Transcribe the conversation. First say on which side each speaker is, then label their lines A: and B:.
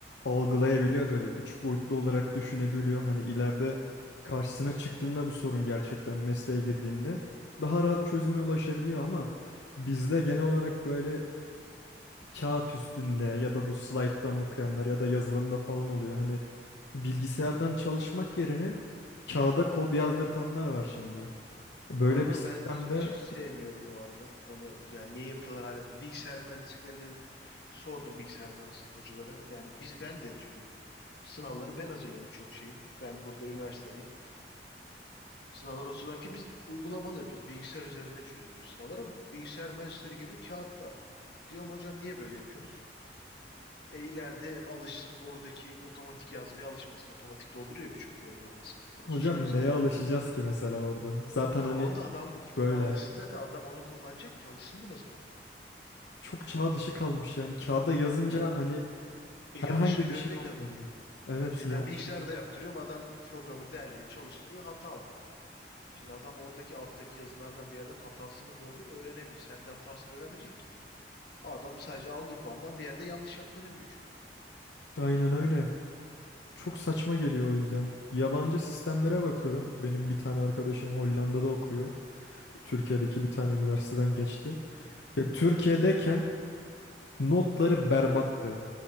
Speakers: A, on the left (about 85°); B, on the left (about 65°).
A: algılayabiliyor böyle üç boyutlu olarak düşünebiliyor. Hani ileride karşısına çıktığında bu sorun gerçekten mesleğe
B: hı.
A: girdiğinde daha rahat çözüme ulaşabiliyor ama bizde genel olarak böyle kağıt üstünde ya da bu slayttan okuyanlar ya da yazılımda falan oluyor. Hani bilgisayardan çalışmak yerine kağıda kod yazdırtanlar var şimdi. Böyle
B: Onu
A: bir sistemde
B: ben hiç sevmiyorum bu arada. Onu yani niye yapıyorlar hala? Bilgisayar mühendisliklerinde sordum bilgisayar mühendisliği hocalara. Yani biz ben de çünkü sınavlarını ben hazırlıyorum birçok şeyin. Ben burada üniversitedeyim. Sınavları hazırlarken biz uygulamalı yapıyoruz. Bilgisayar üzerinde çözdürüyoruz sınavları. ama Bilgisayar mühendisleri geliyor kağıtta. Diyorum hocam niye böyle yapıyorsunuz? E ileride alışsın oradaki otomatik yazmaya alışmasın. Otomatik dolduruyor birçok program mesela.
A: hocam
B: Çıkıyor sana
A: neye
B: öneri.
A: alışacağız ki mesela orada? Zaten
B: Tamam
A: hani
B: da adam
A: hiç
B: buna
A: böyle
B: alışsın zaten. Adam onu kullanacak ki alışsın buna zaten.
A: çok çağ dışı kalmış yani kağıda yazınca
B: Yani
A: hani
B: e,
A: herhangi
B: yanlışını görmüyor
A: bir şey olmuyor.
B: ki adam.
A: Evet
B: Şimdi
A: yanlışımızı
B: ben bilgisayarda
A: gördük.
B: yaptırıyorum. Adam programı derliyor, çalıştırıyor. Hata var. Şimdi adam oradaki alttaki yazılardan bir yerden hatasını bulabilir, öğrenebilir. Sen de hatasını öğrenmeyecek ki. Adam sadece aldığı puandan bir yerde yanlış yaptığını biliyor şu an.
A: Aynen öyle. Çok saçma geliyor o yüzden. Yabancı sistemlere bakıyorum. Benim bir tane arkadaşım Hollanda'da okuyor. Türkiye'deki bir tane üniversiteden geçti. Ya Türkiye'deyken notları berbattı.